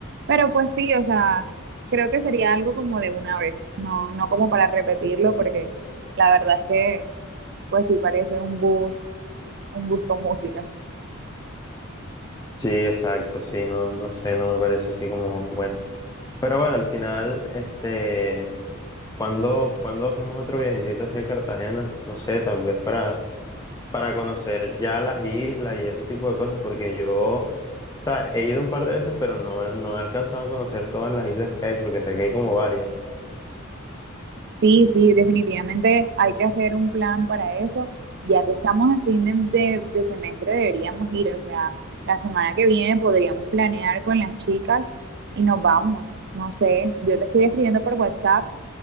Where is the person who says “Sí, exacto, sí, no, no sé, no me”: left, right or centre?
Left